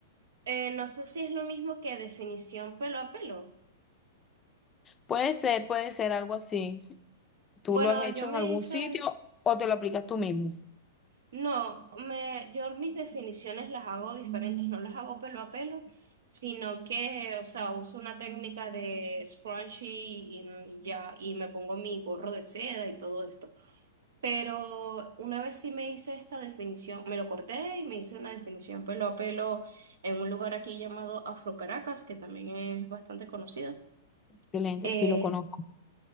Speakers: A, on the right (about 70°); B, on the left (about 25°).
A: Eh, no sé si es lo mismo que definición pelo a pelo.
B: Puede ser, puede ser algo así. ¿Tú
A: Bueno,
B: lo has hecho
A: yo me
B: en algún
A: hice,
B: sitio o te lo aplicas tú mismo?
A: no, me, yo mis definiciones las hago diferentes, no las hago pelo a pelo, sino que, o sea, uso una técnica de scrunchie y, y ya, y me pongo mi gorro de seda y todo esto. Pero una vez sí me hice esta definición, me lo corté y me hice una definición pelo a pelo en un lugar aquí llamado Afro Caracas, que también es bastante conocido.
B: Excelente,
A: Eh,
B: sí lo conozco.